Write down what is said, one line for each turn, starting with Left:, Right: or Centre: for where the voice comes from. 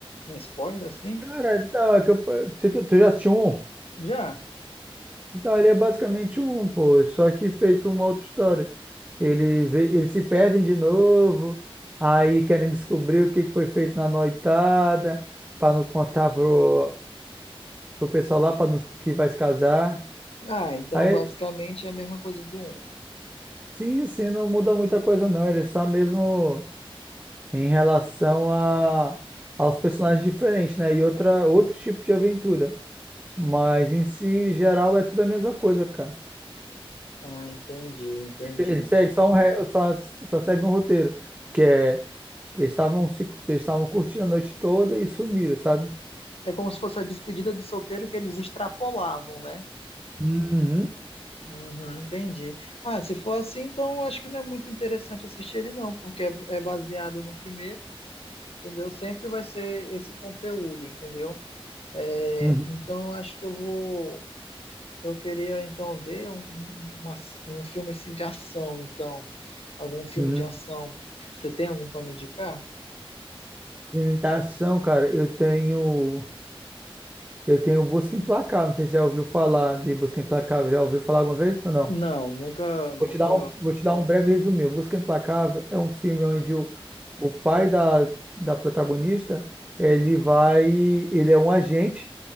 Left: um spoiler assim?
Right: Cara, então, é que eu, se tu, tu já assistiu um?
Left: Já.
Right: Então, ele é basicamente um, pô, só que feito uma outra história. Ele vê, eles se perdem de novo, aí querem descobrir o que que foi feito na noitada, pra não contar pro, pro pessoal lá pra não, que vai se casar.
Left: Ah, então
Right: Aí,
Left: basicamente é a mesma coisa do um.
Right: sim, sim, não muda muita coisa, não. Ele é só mesmo em relação a, aos personagens diferentes, né? E outra, outro tipo de aventura. Mas em si, geral, é tudo a mesma coisa, cara.
Left: Ah, entendi, entendi.
Right: Ele segue só um, re- só, só segue um roteiro, que é que eles estavam se- que eles estavam curtindo a noite toda e sumiram, sabe?
Left: É como se fosse a despedida de solteiro que eles extrapolavam, né?
Right: Uhum,
Left: Uhum, entendi. Ah, se for assim, então eu acho que não é muito interessante assistir ele, não, porque é, é baseado no primeiro, entendeu? Sempre vai ser esse conteúdo, entendeu? É,
Right: uhum,
Left: então eu acho que eu vou. Eu queria então ver um, uma- um filme assim de ação, então. Algum filme
Right: uhum.
Left: de ação. Você tem algum para me indicar?
Right: Filme de ação, cara, eu tenho eu tenho Busca Implacável, não sei se já ouviu falar de Busca Implacável, já ouviu falar alguma vez ou não?
Left: Não, nunca, nunca.
Right: Vou te dar um, vou te dar um breve resumo. O Busca Implacável é um filme onde o, o pai da, da protagonista, ele vai, ele é um agente